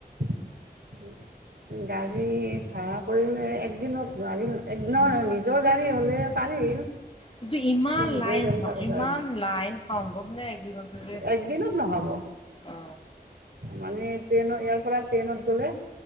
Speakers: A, on the right; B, on the left.
A: উম। গাড়ী ভাড়া কৰিলে একদিনত নোৱাৰিম। একদিনৰ
B: উম
A: আ নিজৰ গাড়ী হ'লে পাৰিল,
B: কিন্তু ইমান
A: নিজৰ
B: লাইন
A: গাড়ী
B: হয়
A: থাকা
B: ইমান
A: যায়।
B: লাইন সম্ভৱ নে একদিনতে যে
A: একদিনত নহব।
B: অ
A: মানে, ট্ৰেইনৰ ইয়াৰ পৰা ট্ৰেইনত গ'লে।